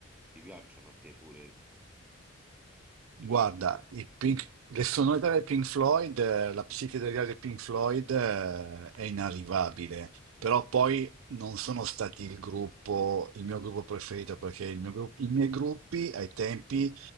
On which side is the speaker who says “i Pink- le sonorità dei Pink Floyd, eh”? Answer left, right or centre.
Right